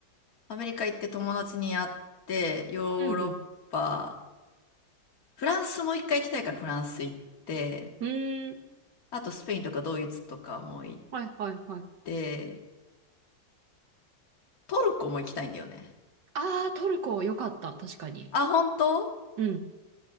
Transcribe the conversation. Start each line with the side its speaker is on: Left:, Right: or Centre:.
Left: あ、アメリカ行って友達に会って、ヨーロッパ、
Right: うんうん。
Left: フランスも一回行きたいからフランス行って、
Right: うーん。
Left: あとスペインとかドイツとかも行っ
Right: はいはいはい。
Left: て、トルコも行きたいんだよね。
Right: ああ、トルコ良かった。確かに。
Left: あ、本当
Right: うん。